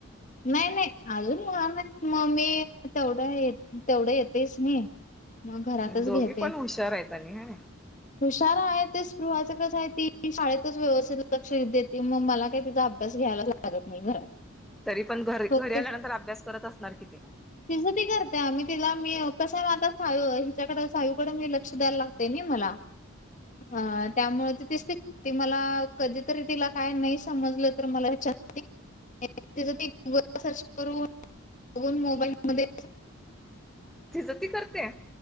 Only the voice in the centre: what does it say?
दोघी
पण हुशार आहेत आणि ह
तरी पण घ
घरी आल्यानंतर अभ्यास करत असणार की.
तिचं ती करते